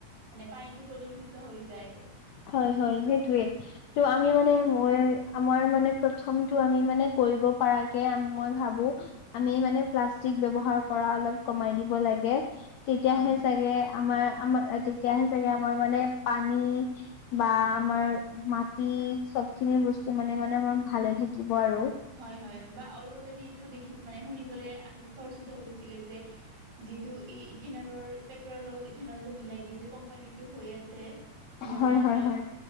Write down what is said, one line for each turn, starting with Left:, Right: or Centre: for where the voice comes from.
Right: মানে পানীটো প্ৰদুৰ্ষিত হৈ যায়।
Left: হয় হয় সেইটোৱে। ত' আমি মানে মই আমাৰ মানে প্ৰথমটো আমি মানে কৰিব পাৰাৰকে আ, মই ভাবোঁ আমি মানে প্লাষ্টিক ব্যৱহাৰ কৰা অলপ কমাই দিব লাগে। তেতিয়াহে
Right: হয়
Left: চাগে আমাৰ আমাৰ তেতিয়াহে চাগে আমাৰ মানে পানী বা আমাৰ মাটি চবখিনিৰ বস্তু মানে মানে আমাৰ ভালে থাকিব আৰু।
Right: হয় হয়। বা অলপতে আমি এইটো দেখি মানে শুনিবলৈ আহি চৰ্চিত হৈছিলে যে যিটো এই ইথেনলৰ পেট্ৰলৰ লগত ইথেনলটো মিলাই দি যি কোম্পানীটো হৈ আছে। বৰ্ণিহাটত,
Left: হয় হয় হয়